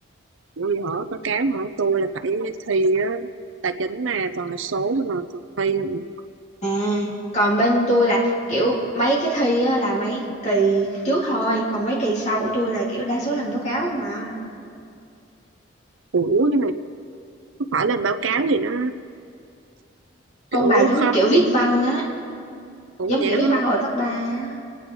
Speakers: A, on the right; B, on the left.
A: vì họ báo cáo họ tôi là phải thi á, tài chính mà toàn là số mà toàn thi không
B: À, còn bên tôi là kiểu mấy cái thi á là mấy kỳ trước thôi, còn mấy kỳ sau của tôi là kiểu đa số làm báo cáo không mà.
A: ủa nhưng mà không phải làm báo cáo thì nó
B: Không
A: kiểu
B: bà giống
A: khó
B: như kiểu viết
A: vì
B: văn á,
A: cũng
B: giống
A: vậy
B: kiểu
A: đó
B: viết
A: không?
B: văn hồi cấp 3 á.